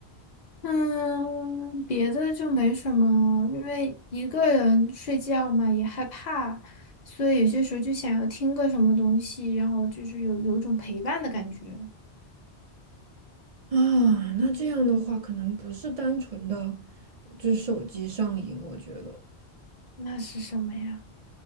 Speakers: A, on the left (about 50°); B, on the right (about 40°).
A: 嗯，别的就没什么，因为一个人睡觉嘛也害怕，所以有些时候就想要听个什么东西，然后就是有有一种陪伴的感觉。
B: 啊，那这样的话，可能不是单纯的就是手机上瘾，我觉得
A: 那是什么呀？